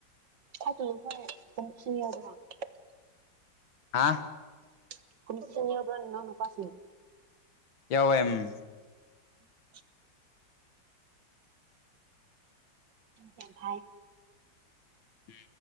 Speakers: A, on the right; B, on the left.
A: ꯑꯗꯨ ꯍꯣꯢ <unintelligible> <unintelligible> <unintelligible>
B: ꯍꯥꯥ
A: <unintelligible> <unintelligible> ꯅꯅꯥꯎ ꯅꯨꯄꯥꯁꯤꯡ
B: ꯌꯥꯎꯌꯦ
A: ꯊ <inaudible> ꯌꯥꯝ ꯐꯥꯏ
B: ꯎꯝ